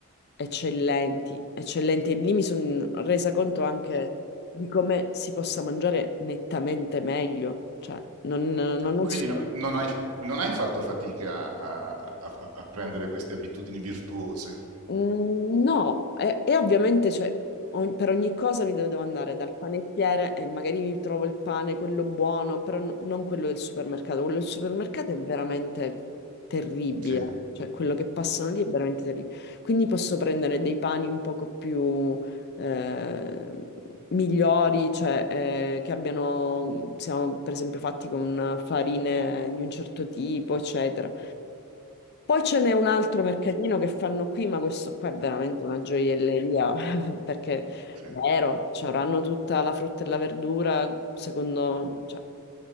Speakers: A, on the left; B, on the right.
A: eccellenti, eccellenti. E lì mi sono resa conto anche di come si possa mangiare nettamente meglio. Cioè, non, non
B: Quindi
A: è solo.
B: no- non hai, non hai fatto fatica a, a- a prendere queste abitudini virtuose.
A: Mm, No, e, e ovviamente cioè, ogn- per ogni cosa mi devo andare dal panettiere e magari mi trovo il pane, quello buono, però n- non quello del supermercato. Quello del supermercato è veramente terribile,
B: Sì,
A: cioè quello che passano lì è veramente terribile. Quindi posso prendere dei pani un poco più eh, migliori, cioè eh, che abbiano, siamo per esempio fatti con farine di un certo tipo, eccetera. Poi ce n'è un altro mercatino che fanno qui, ma questo qua è veramente una gioielleria, <laughs> perché
B: sì.
A: vero, cioè, avranno tutta la frutta e la verdura, secondo... cioè,